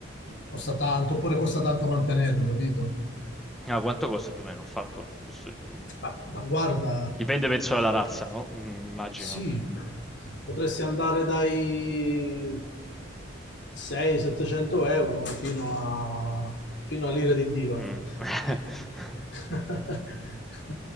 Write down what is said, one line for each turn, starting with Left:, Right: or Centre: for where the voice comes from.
Left: costa tanto, oppure costa tanto mantenerlo, capito?
Centre: Ah, quanto costa più o meno un falco? Giusto. mm.
Left: Ma, ma guarda,
Centre: Dipende, penso, dalla razza, no? Mm, immagino.
Left: Sì, potresti andare dai 600-700 euro fino a, fino all'ira di Dio.
Centre: Mm.
Left: ecco.
Centre: <laughs>
Left: <laughs>